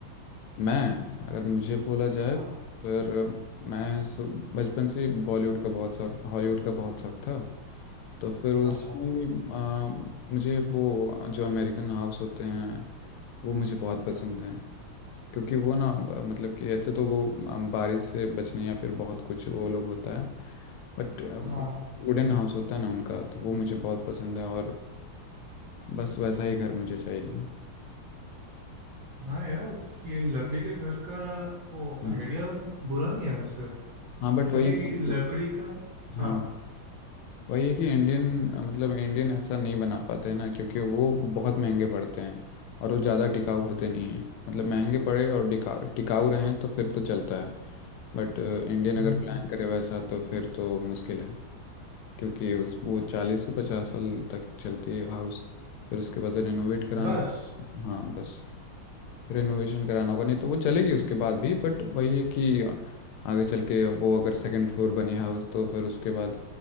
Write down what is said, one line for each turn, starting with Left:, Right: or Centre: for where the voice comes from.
Left: मैं अगर मुझे बोला जाए
Right: हाँ
Left: फिर मैं सु- बचपन से ही बॉलीवुड का बहुत शौक हॉलीवुड का बहुत शौक था तो फिर उसमें
Right: अच्छा
Left: भी, आ, मुझे वो जो अमेरिकन हाउस होते हैं वो मुझे बहुत पसंद हैं क्योंकि वो ना मतलब कि ऐसे तो वो आ, बारिश से बचने या फिर बहुत कुछ वो लोग होता है बट
Right: हाँ
Left: वो
Right: हाँ
Left: वुडन हाउस होता है ना उनका तो वो मुझे बहुत पसंद है और बस वैसा ही घर मुझे चाहिए
Right: हाँ यार ये लकड़ी के घर का वो
Left: हम्म
Right: आइडिया बुरा नहीं है वैसे
Left: हाँ बट
Right: क्योंकि
Left: वही है ना-
Right: लकड़ी का हाँ
Left: हाँ वही है कि इंडियन मतलब इंडियन ऐसा नहीं बना पाते हैं ना क्योंकि वो बहुत महंगे पड़ते हैं और वो ज़्यादा टिकाऊ होते नहीं हैं मतलब महंगे पड़े और टिकाऊ टिकाऊ रहें तो फिर तो चलता है बट इंडियन
Right: हम्म,
Left: अगर प्लान करे वैसा तो फिर तो मुश्किल है क्योंकि उस वो चालीस से पचास साल तक चलती है हाउस फिर उसके बाद रिनोवेट कराना
Right: बस
Left: हाँ बस रेनोवेशन कराना होगा नहीं तो वो चलेगी उसके बाद भी बट वही है कि आगे चल के वो अगर सेकंड फ्लोर बनी हाउस तो फिर उसके बाद